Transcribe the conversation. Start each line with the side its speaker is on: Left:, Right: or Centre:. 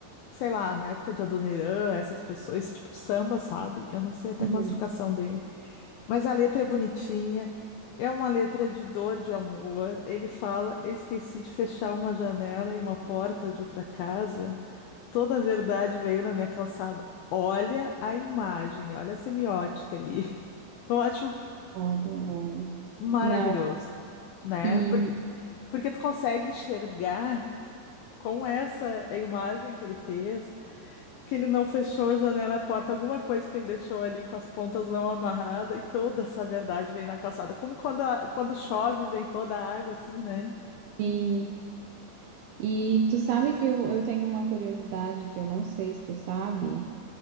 Left: sei lá, na época de Adoniran, essas pessoas, esse tipo de samba, sabe? Eu não sei até
Right: Uhum.
Left: a classificação dele. Mas a letra é bonitinha, é uma letra de dor, de amor. Ele fala: Eu esqueci de fechar uma janela e uma porta de outra casa. Toda a verdade veio na minha calçada. Olha a imagem, né? Olha a semiótica ali. <laughs> Eu acho
Right: Foda, é.
Left: maravilhoso,
Right: Não,
Left: né?
Right: e
Left: Por- Porque tu consegue enxergar com essa imagem que ele fez, que ele não fechou a janela e a porta, alguma coisa que ele deixou ali com as pontas não amarradas, e toda essa verdade vem na calçada. Como quando, a- quando chove, vem toda a água, assim, né?
Right: sim, e tu sabe que eu, eu tenho uma curiosidade que eu não sei se tu sabe,